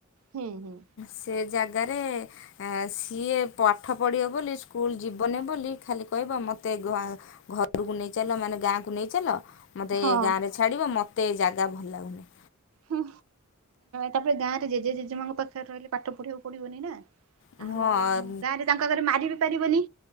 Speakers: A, on the right; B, on the left.
A: ହୁଁ ହୁଁ।
B: ସେ ଜାଗାରେ। ସିଏ ପାଠ ପଢ଼ିବ ବୋଲି ସ୍କୁଲ ଯିବନି ବୋଲି ଖାଲି କହିବ ମୋତେ ଘରକୁ ନେଇ ଚାଲ, ମାନେ ଗାଁ କୁ ନେଇ ଚାଲ ମୋତେ
A: ହଁ
B: ଗାଁରେ ଛାଡିବ ମତେ ଜାଗା ଭଲ ଲାଗୁନି।
A: ହୁଁ, ତାପରେ ଗାଁରେ ଜେଜେ ଜେଜେମାଙ୍କ ପାଖରେ ରହିଲେ ପାଠ ପଢି଼ବାକୁ ପଡିବନି ନା।
B: ହଁ
A: ଆଉ ଗାଁରେ ତାଙ୍କ‌ ଆଗରେ ମାରି ବିି ପାରିବନି।